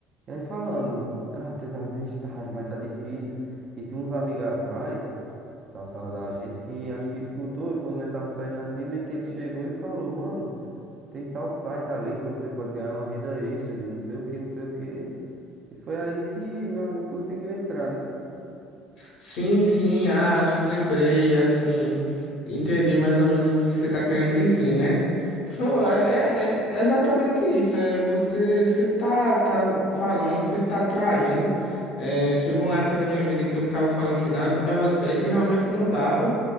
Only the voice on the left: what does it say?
Sim, sim, ah, acho que lembrei, assim. Entendi mais ou menos o que você está querendo dizer, né? Pô, É, é- é exatamente isso. É, você sempre tá, tá falando, sempre tá traindo. É, chegou uma época da minha vida que eu ficava falando que nada dava certo e realmente não dava.